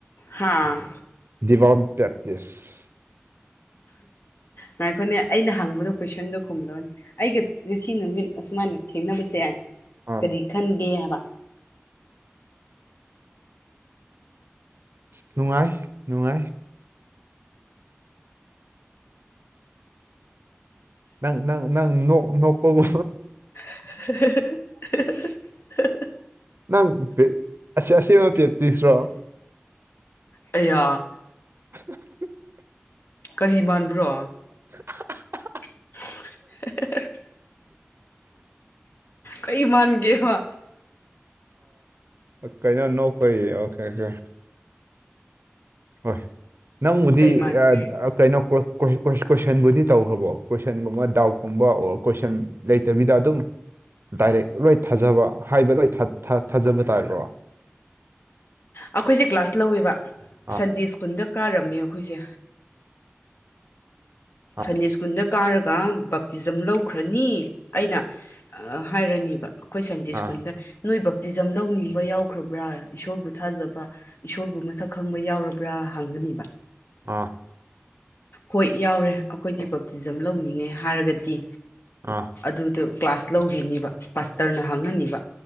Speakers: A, on the left (about 60°); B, on the right (about 60°).
A: ꯍꯥꯥ
B: ꯗꯤꯚꯥꯎꯠ ꯄ꯭ꯔꯦꯞꯇꯤꯁ
A: ꯉꯥꯏꯈꯣꯅꯦ ꯑꯩꯅ ꯍꯪꯕꯗꯣ ꯀꯣꯏꯁꯟꯗꯣ ꯈꯨꯝꯂꯣꯅꯦ ꯑꯩꯒ ꯉꯁꯤ ꯅꯨꯃꯤꯠ ꯑꯁꯨꯃꯥꯏꯅ ꯊꯦꯡꯅꯕꯁꯦ
B: ꯑꯥ
A: ꯀꯔꯤ ꯈꯟꯒꯦ ꯍꯥꯏꯕ
B: ꯅꯨꯡꯉꯥꯏ ꯅꯨꯡꯉꯥꯏ ꯅꯪ ꯅꯪ ꯅꯣꯛ ꯅꯣꯛꯄꯕꯣ
A: <unintelligible>
B: ꯅꯪ ꯑꯁꯦꯡꯕ ꯄꯦꯞꯇꯤꯁꯔꯣ
A: ꯑꯌꯥ
B: <unintelligible>
A: ꯀꯔꯤ ꯃꯥꯟꯕ꯭ꯔꯣ
B: <unintelligible>
A: <unintelligible> ꯀꯩ ꯃꯥꯟꯒꯦꯕ
B: ꯑ ꯀꯩꯅꯣ ꯅꯣꯛꯄꯩ ꯑꯣꯀꯦ ꯑꯣꯀꯦ ꯍꯣꯏ ꯅꯪꯕꯨꯗꯤ
A: ꯀꯩ ꯃꯥꯟꯒꯦ
B: ꯑ ꯀꯩꯅꯣ ꯀꯣꯏ ꯀꯣꯏ ꯀꯣꯏꯁꯟꯕꯨꯗꯤ ꯇꯧꯈ꯭ꯔꯕꯣ ꯀꯣꯏꯁꯟꯒꯨꯝꯕ ꯗꯥꯎꯠꯀꯨꯝꯕ ꯑꯣꯔ ꯀꯣꯏꯁꯟ ꯂꯩꯇꯕꯤꯗ ꯑꯗꯨꯝ ꯗꯥꯏꯔꯦꯛ ꯂꯣꯏ ꯊꯥꯖꯕ ꯍꯥꯏꯕ ꯂꯣꯏ ꯊꯥꯊꯥꯖꯕ ꯇꯥꯏꯕ꯭ꯔꯣ
A: ꯑꯩꯈꯣꯏꯁꯦ ꯀ꯭ꯂꯥꯁ ꯂꯧꯋꯦꯕ
B: ꯑꯥ
A: ꯁꯟꯗꯦ ꯁ꯭ꯀꯨꯜꯗ ꯀꯥꯔꯝꯃꯦ ꯑꯩꯈꯣꯏꯁꯦ
B: ꯑꯥ
A: ꯁꯟꯗꯦ ꯁꯀꯨꯟꯗ ꯀꯥꯔꯒ ꯕ ꯇꯤꯖꯝ ꯂꯧꯈ꯭ꯔꯅꯤ ꯑꯩꯅ ꯍꯥꯏꯔꯅꯤꯕ ꯑꯩꯈꯣꯏ ꯁꯟꯗꯦ ꯁ꯭ꯀꯨꯜꯗ
B: ꯑꯥ
A: ꯅꯣꯏ ꯕꯞꯇꯤꯖꯝ ꯂꯧꯅꯤꯡꯕ ꯌꯥꯎꯈ꯭ꯔꯕ꯭ꯔꯥ ꯏꯁꯣꯔꯕꯨ ꯊꯥꯖꯕ ꯏꯁꯣꯔꯕꯨ ꯃꯁꯛ ꯈꯪꯕ ꯌꯥꯎꯔꯕ꯭ꯔꯥ ꯍꯪꯒꯅꯤꯕ
B: ꯑꯥ
A: ꯍꯣꯏ ꯌꯥꯎꯔꯦ ꯑꯩꯈꯣꯏꯗꯤ ꯕꯞꯇꯤꯖꯝ ꯂꯧꯅꯤꯡꯉꯦ ꯍꯥꯏꯔꯒꯗꯤ
B: ꯑꯥ
A: ꯑꯗꯨꯗ ꯀ꯭ꯂꯥꯁ ꯂꯧꯈꯤꯅꯤꯕ ꯄꯥꯁꯇꯔꯅ ꯍꯪꯉꯅꯤꯕ